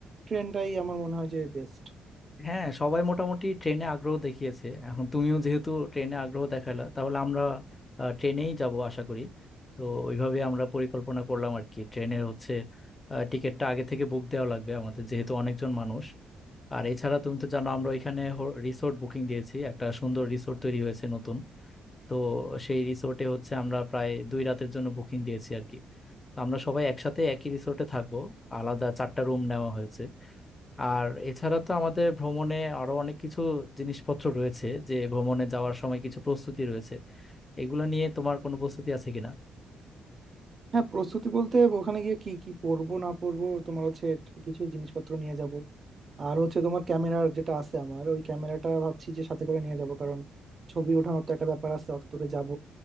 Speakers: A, on the right; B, on the left.
A: ট্রেনটাই আমার মনে হয় যে বেস্ট
B: হ্যাঁ সবাই মোটামুটি ট্রেনে আগ্রহ দেখিয়েছে এখন তুমিও যেহেতু ট্রেনে আগ্রহ দেখালা তাহলে আমরা আহ, ট্রেনেই যাব আশা করি তো ওইভাবে আমরা পরিকল্পনা করলাম আর কি ট্রেনের হচ্ছে আহ, টিকিটটা আগে থেকে বুক দেওয়া লাগবে আমাদের যেহেতু অনেকজন মানুষ আর এছাড়া তুমি তো জানো আমরা ওইখানে রিসোর্ট বুকিং দিয়েছি একটা সুন্দর রিসোর্ট তৈরি হয়েছে নতুন তো সেই রিসোর্টে হচ্ছে আমরা প্রায় দুই রাতের জন্য বুকিং দিয়েছি আর কি তো আমরা সবাই একসাথে একই রিসোর্টে থাকবো আলাদা চারটা রুম নেওয়া হয়েছে আর এছাড়া তো আমাদের ভ্রমণে আরো অনেক কিছু জিনিসপত্র রয়েছে যে ভ্রমণে যাওয়ার সময় কিছু প্রস্তুতি রয়েছে এগুলো নিয়ে তোমার কোনো প্রস্তুতি আছে কিনা
A: হ্যাঁ প্রস্তুতি বলতে ওখানে গিয়ে কি কি পরবো না পরবো তোমার হচ্ছে কিছু জিনিসপত্র নিয়ে যাব আর হচ্ছে তোমার ক্যামেরার যেটা আছে আমার ওই ক্যামেরাটা ভাবছি যে সাথে করে নিয়ে যাব কারণ ছবি ওঠানোর তো একটা ব্যাপার আছে অত দূরে যাব